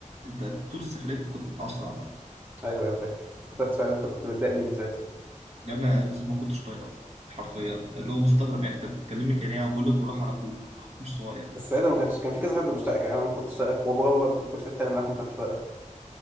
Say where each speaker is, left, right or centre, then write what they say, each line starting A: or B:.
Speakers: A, on the right; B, on the right.
A: انت انت طول السفريه انت كنت متعصب عامه
B: ايوه ايوه فاكر افتكرت فعلا انت كنت متضايق مني ساعتها
A: يا ابني اقسم ما كنتش طايقك حرفيا اللي هو مستغرب يعني انت بتكلمني كده يعني بقول لك بالراحه على اخوك اخوك مش صغير
B: بس ساعتها ما كانش كان في كذا حد مشتاقك يعني انا ما كنتش طايقك وبابا برضه كان كل شويه يتكلم معاك ما كانش طايقك